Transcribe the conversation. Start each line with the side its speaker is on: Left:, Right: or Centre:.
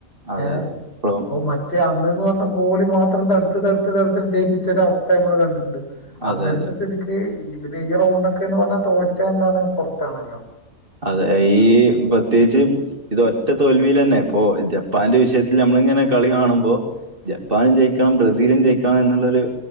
Right: അതെ
Left: ഏഹ്
Right: അതെ ഇപ്പളും
Left: മ മറ്റേ അന്ന്ന്ന് പറഞ്ഞാ ഗോളി മാത്രം തടുത്ത് തടുത്ത് തടുത്ത് ജയിപ്പിച്ച ഒരു അവസ്ഥ ഞമ്മൾ കണ്ടിട്ടുണ്ട് അങ്ങനത്തെ
Right: അതെ അതെ
Left: സ്ഥിതിക്ക് ഈ പിന്നെ ഈ റൗണ്ടൊക്കെ എന്ന് പറഞ്ഞാ തോറ്റ എന്താണ് പൊറത്താണല്ലോ
Right: അതെ ഈ പ്രത്യേകിച്ച് ഇത് ഒറ്റ തോൽവിൽ തന്നെ ഇപ്പൊ ജപ്പാന്റെ വിഷയത്തിൽ നമ്മളിങ്ങനെ കളി കാണുമ്പോ ജപ്പാനും ജയിക്കണം ബ്രസീലും ജയിക്കണം എന്നുള്ളൊരു